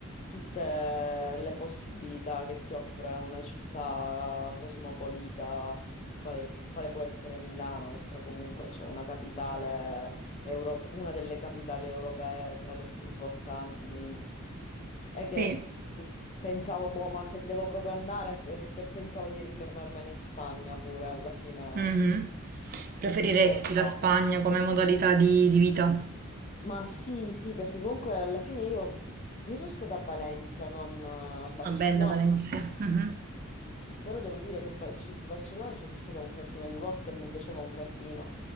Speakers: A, on the left; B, on the right.
A: tutte le possibilità che ti offre una città cosmopolita, quale, quale può essere Milano, che poi comunque c'è una capitale europea, una delle capitali europee tra le più importanti, quindi è che
B: sì.
A: pensavo, boh, ma se devo proprio andare, per- per- pensavo di ritornarmene in Spagna pure alla fine.
B: Mhm. Preferiresti
A: Non
B: la
A: so.
B: Spagna come modalità di, di vita?
A: Ma sì, sì, perché comunque alla fine io, io sono stata a Valencia, non a Barcellona.
B: Una bella Valencia. Mhm.
A: Sì, sì, però devo dire che Ba- ci- Barcellona ci sono stata un casino di volte e mi piaceva un casino.